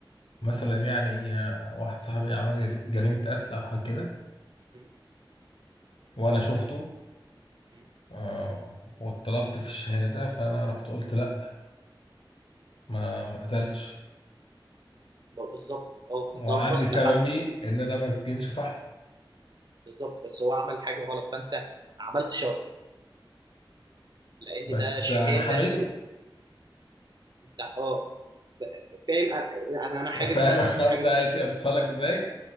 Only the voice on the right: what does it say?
م?
م?
ب- بالظبط اه
انت انقذت
حد
بالظبط بس هو عمل حاجه غلط فانت عملت شر لان
ده شهاده
زور انت اه ف- ف- فاهم انا انا أنا حابب
ده
انا
حابب